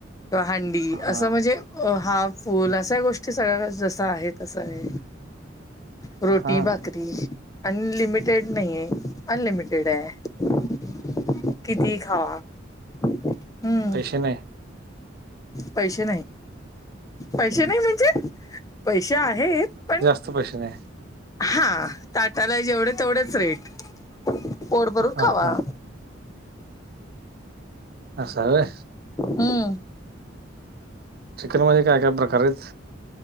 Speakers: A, on the left; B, on the right.
A: किंवा हंडी.
B: हा
A: असं म्हणजे अ हाफ- फूल अशा गोष्टी सगळ्या. जस आहे तसय. रोटी
B: हा
A: भाकरी. अन लिमिटेड नाही आहे. अनलिमिटेड आहे. <inaudible> किती खावा. हम्म
B: पैसे नाही.
A: पैसे नाही. पैसे नाही म्हणजे, पैसे आहेत. पण
B: <unintelligible>
A: हा, ताटाला जेवढे तेवढेच रेट. पोट भरून
B: हा
A: खावा.
B: हा असं हाय होय.
A: हम.
B: चिकन मध्ये, काय -काय प्रकारयत?